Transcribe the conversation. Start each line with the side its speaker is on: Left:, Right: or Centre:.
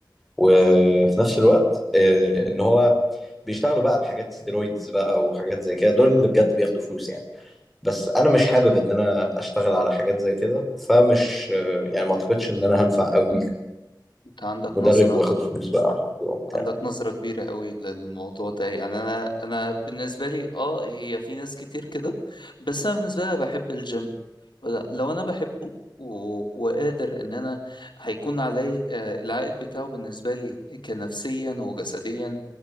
Centre: وفي نفس الوقت آه، ان هو بيشتغلوا بقى بحاجات ستيرويدز بقى وحاجات زي كده دول اللي بجد بياخدوا فلوس يعني بس انا مش حابب ان انا اشتغل على حاجات زي كده فمش آه، يعني ما اعتقدش ان انا هنفع قوي
Left: انت عندك
Centre: كمدرب
Left: نظرة
Centre: واخد فلوس بقى على الموضوع وبتاع
Left: عندك نظرة كبيرة قوي للموضوع ده يعني أنا أنا بالنسبة لي أه هي في ناس كتير كده بس أنا بالنسبة لي أنا بحب الجيم ولا- لو أنا بحبه و- وقادر إن أنا هيكون عليه آه، العائد بتاعه بالنسبة لي كنفسيا وجسديا